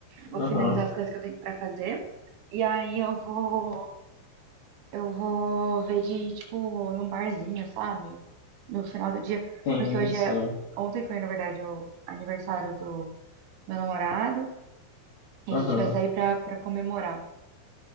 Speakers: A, on the right (about 75°); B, on the left (about 75°).
A: Vou
B: Aham,
A: finalizar as coisas que eu tenho pra fazer. E aí eu vou, eu vou ver de, tipo, num barzinho, sabe? No final do dia.
B: Sim,
A: Porque hoje
B: sim.
A: é. Ontem foi, na verdade, o aniversário do meu namorado. E
B: Uhum.
A: a gente vai sair pra, pra comemorar.